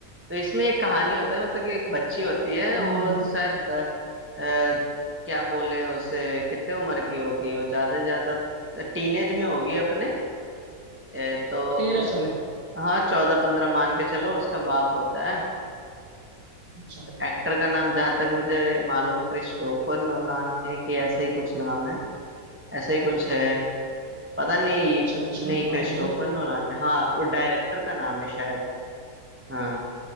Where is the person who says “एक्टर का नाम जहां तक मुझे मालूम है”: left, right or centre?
Right